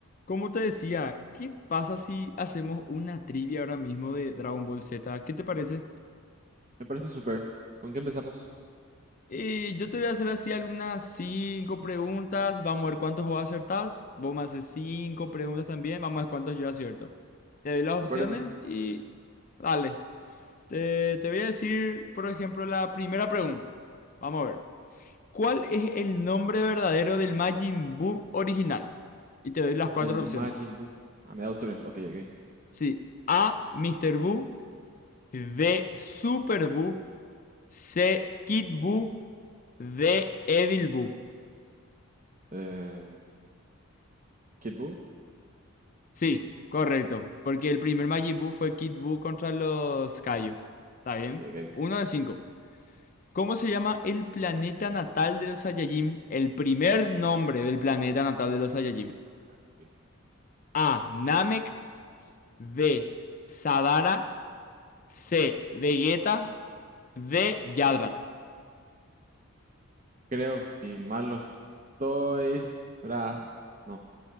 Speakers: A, on the left (about 35°); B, on the right (about 35°).
A: Como te decía, ¿qué pasa si hacemos una trivia ahora mismo de Dragon Ball Z? ¿Qué te parece?
B: Me parece súper. ¿Con qué empezamos?
A: Eh, yo te voy a hacer así algunas cinco preguntas. Vamos a ver cuántos vos acertás. Vos me haces cinco preguntas también. Vamos a ver cuántos yo acierto. Te doy las
B: ¿Qué
A: opciones
B: parece?
A: y... Dale. Te, te voy a decir, por ejemplo, la primera pregunta. Vamos a ver. ¿Cuál es el nombre verdadero del Majin Buu original? Y te doy las cuatro
B: El Majin
A: opciones.
B: Buu. Ah, me da opciones. Ok, ok.
A: Sí. A. Mr. Buu. D. Super Buu. C. Kid Buu. D. Evil Buu.
B: Eh, Kid Buu.
A: Sí, correcto. Porque el primer Majin Buu fue Kid Buu contra los Kaio. ¿Está bien?
B: Ok, ok.
A: Uno de cinco. ¿Cómo se llama el planeta natal de los Saiyajin? El primer nombre del planeta natal de los Saiyajin.
B: primero, ok.
A: A. Namek. B. Sadara. C. Vegeta. D. Yadrat.
B: Creo que si mal no estoy. Tras. No,